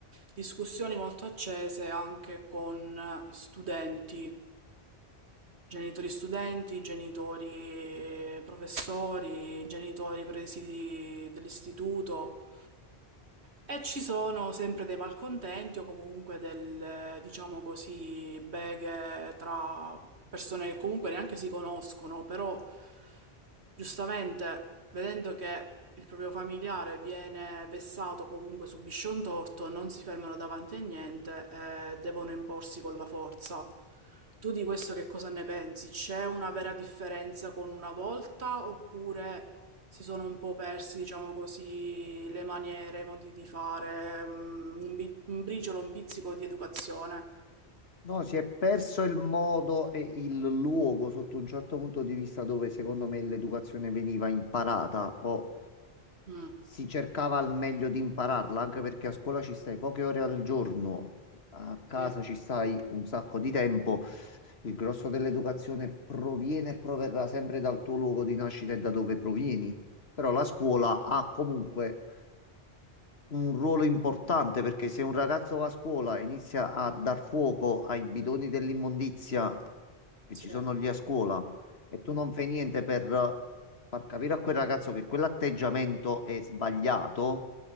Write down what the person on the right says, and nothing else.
discussioni molto accese anche con studenti Genitori studenti, genitori professori, genitori presidi dell'istituto. E ci sono sempre dei malcontenti o comunque delle, diciamo così, beghe tra persone che comunque neanche si conoscono, però giustamente vedendo che il proprio familiare viene vessato, comunque subisce un torto, non si fermano davanti a niente e devono imporsi con la forza. Tu di questo che cosa ne pensi? C'è una vera differenza con una volta oppure si sono un po' persi, diciamo così, le maniere, i modi di fare, mm, un, bi- un briciolo, un pizzico di educazione.
Mm,
sì,
sì,